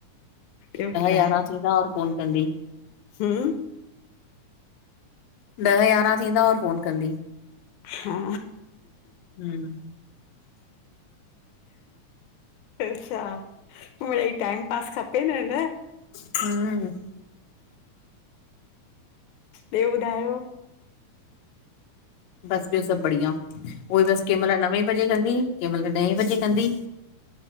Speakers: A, on the left; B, on the left.
A: ॿियो ॿुधायो?
B: यारहं थींदा और फोन कंदी
A: ह्म
B: ॾह यारहां थींदा और फोन कंदी,
A: हा
B: हम् <inaudible>
A: अच्छा मिड़ई टाइम पास खपे न, न।
B: ह्म
A: ॿियो ॿुधायो?
B: बस ॿियो सभु बढिया उहोई बस कंहिंमहल नवें बजे कंदी, कंहिंमहल ॾहें बजे कंदी,